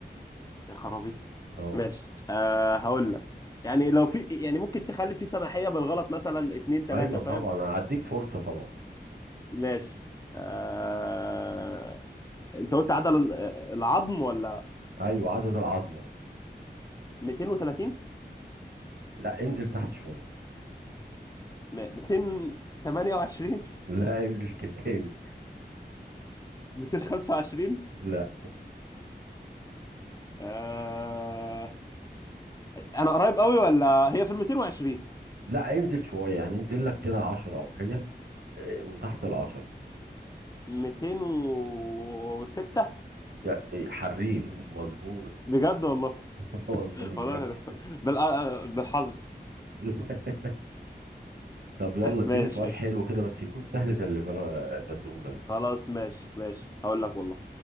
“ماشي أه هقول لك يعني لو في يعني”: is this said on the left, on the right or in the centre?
Left